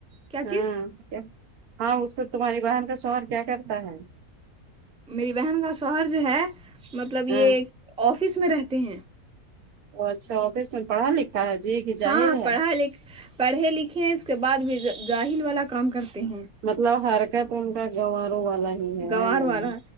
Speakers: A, in the centre; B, on the right (about 75°).
A: کیا
B: ہاں
A: چیز
B: کیا ہاں اس کو تمہاری بہن کا شوہر کیا کرتا ہے
A: میری بہن کا شوہر جو ہے مطلب یہ
B: ہاں
A: ایک آفس میں رہتے ہیں
B: وہ اچھا آفس میں پڑھا لکھا ہے جی کہ جاہل
A: ہاں
B: ہے
A: پڑھا لکھ پڑھے لکھےہے اس کے بعد بھی جاہل والا کام کرتے ہیں
B: مطلب حرکت ان کا گواروں والا ہے ہی
A: گوار
B: ہے نا ہوں
A: والا